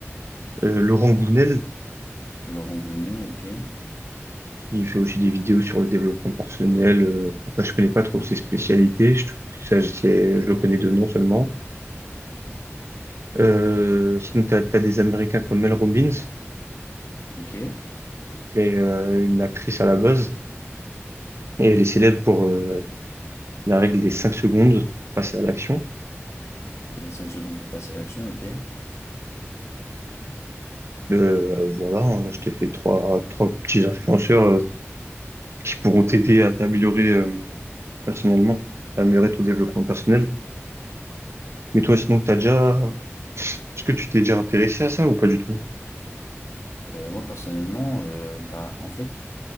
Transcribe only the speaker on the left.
Laurent Bounet, ok.
Ok,
qu'il ait 5 secondes pour passer à l'action, ok.
Euh, moi, personnellement, euh, bah, en fait,